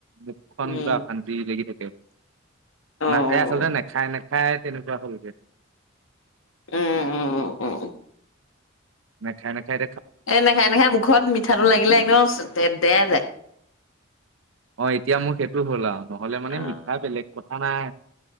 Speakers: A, on the right; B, on the left.
A: মুখখন
B: উম,
A: কিবা এখন লাগি থাকে
B: অ',
A: না এই আচলতে নেখাই নেখায় তেনেকুৱা হলকে
B: উম উম উ উ
A: নে খাই নে খাই
B: এ নাখায় নাখায় মুখত মিঠাটো লাগিলে একদম দেেয়া যায়
A: অ এতিয়া মোৰ সেইটো হ'ল আৰু নহলে মানে
B: অ',
A: মিঠা বেলেগ কথা নাই